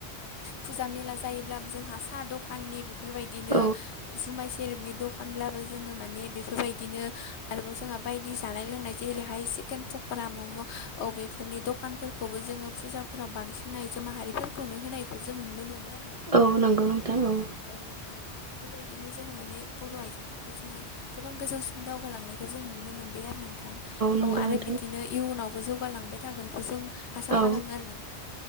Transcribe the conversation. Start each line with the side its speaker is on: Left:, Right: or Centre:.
Left: फुजा मेला जायोब्लाबो जोंहा साहा दखाननि बेफोरबायदिनो
Right: औ
Left: जुमाय सेरेबनि दखानब्लाबो जोंङो माने बेफोरबाय दिनो आरोबाव जोंहा बायदि जानाय लोंनाय जेरैहाय चिकेन पकरा मम' औ बेफोरनि द खानफोरखौबो जोंङो फुजाफोराव बांसिन आइजो माहारिफोरखौनो होनायखौ जों नुनो मोनो आरो। नोंथां
Right: औ नंगौ नोंथां औ
Left: औ औ बेबायदिनो जोंङो माने बर' आइजोफोरखौ जोंङो गोबां गोजौसिन दावगालांनायखौ जों नुनो मोनबाय आरो नोंथां
Right: नंगौ
Left: औ आरो
Right: नोंथां
Left: बिदिनो इयुनावबो जौगालांबाय थागोनखौ जों‌ आसा खालामो
Right: औ
Left: आरो नोंथां